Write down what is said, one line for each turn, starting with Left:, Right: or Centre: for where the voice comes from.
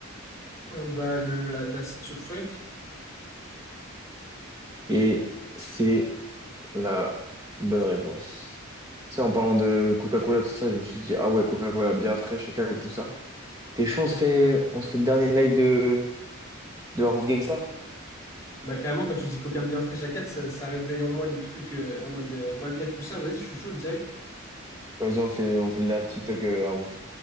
Left: Euh, Bah, le, la la sulfurique.
Right: Et c'est La bonne réponse. Tu sais, en parlant de Coca-Cola, tout ça, je me suis dit, ah ouais, Coca-Cola bien fraîche et calme, tout ça. T'es chaud, on se fait, on se fait le dernier live de, de Roof Gangstar?
Left: Bah, carrément, quand tu dis coca bien frais à 4, ça, ça réveille en moi des trucs euh, en mode euh, Baka, tout ça. Vas-y, je suis chaud direct.
Right: Vas-y, on fait, on fait le live TikTok euh, à Roof.